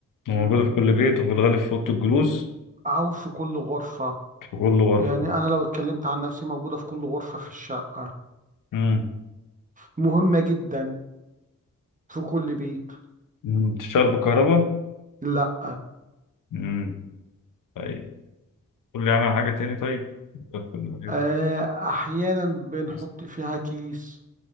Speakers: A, on the left (about 80°); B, on the right (about 25°).
A: موجودة
B: مم.
A: في كل بيت وفي الغالب في أوضة الجلوس
B: أو في كل غرفة
A: في كل غرفة
B: يعني أنا لو اتكلمت عن نفسي موجودة في كل غرفة في الشقة
A: امم
B: مهمة جدا في كل بيت
A: أمم. بتشتغل بالكهرباء
B: لا
A: امم طيب قول لي عنها حاجة تاني طيب في كل بيت.
B: آه، احيانا بنحط
A: بس
B: فيها كيس